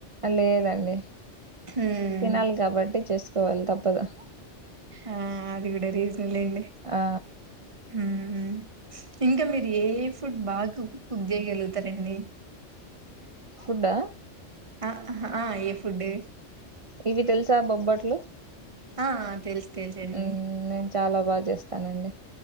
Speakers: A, on the right; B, on the right.
A: ఆ లేదండి
B: మ్మ్
A: తినాలి కాబట్టి చేసుకో వాలి తప్పదు
B: ఆ అది కూడ రీసన్ లెండి
A: ఆ
B: ఉ ఉ ఇంకా మీరు ఏ ఏ ఫుడ్ బాగా కుక్ కుక్ చేయగలుగుతారండి
A: ఫుడ్ డా
B: ఆహా ఆ ఏ ఫుడ్
A: ఇవి తెలుసా బొబ్బట్లు
B: ఆ తెలుసు తెలుసండి
A: ఉనే చాలా బాగా చేస్తానండి